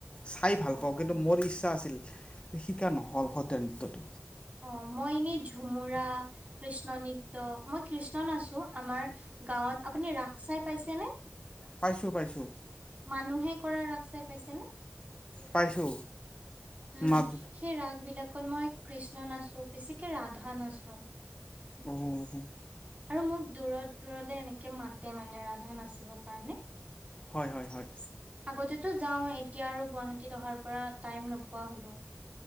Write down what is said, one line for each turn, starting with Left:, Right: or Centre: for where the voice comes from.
Left: চাই ভাল
Right: অ
Left: পাওঁ,
Right: অ
Left: কিন্তু মোৰ ইচ্ছা আছিল শিকা নহ'ল!
Right: অ'মই এনে ঝুমুৰা কৃষ্ণ নৃত্য, মই কৃষ্ণ নাছো আমাৰ গাঁৱত আপুনি ৰাস চাই পাইছেনে?
Left: পাইছোঁ, পাইছোঁ।
Right: মানুহে কৰা ৰাস চাই পাইচানে?
Left: পাইছোঁ
Right: উম,
Left: মাজ
Right: সেই ৰাগ বিলাকত মই কৃষ্ণ নাচো, বেছিকে ৰাধা নাচো।
Left: অ'।
Right: আৰু মোক দূৰত দূৰলৈ এনেকে মাতে মানে ৰাধা নাচিবৰ কাৰণে?
Left: হয়, হয়, হয়।
Right: আগতেতো যাও, এতিয়া আৰু গুৱাহাটীত অহাৰ পৰা টাইম নোপোৱা হলো।